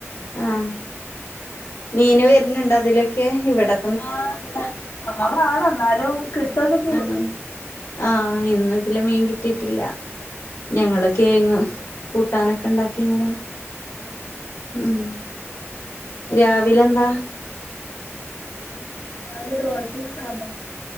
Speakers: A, on the left (about 80°); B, on the left (about 65°).
A: ആഹ് മീന് വരുന്നുണ്ടോ അതിലൊക്കെ ഇവടെ
B: ആഹ് ഇവടെ കൊറവാണ് എന്നാലും കിട്ടൊക്കെ ചെയ്യും
A: ആണോ ആഹ് ഇന്ന്‌ ഇതിലെ മീൻ കിട്ടിട്ടില്ല ഞങ്ങള് കേങ്ങ് കൂട്ടാനൊക്കെ ഉണ്ടാക്കി ഇങ്ങനെ
B: ഉം
A: ഉം രാവിലെ എന്താ?
B: രാവിലെ ദോശയും സാമ്പാറും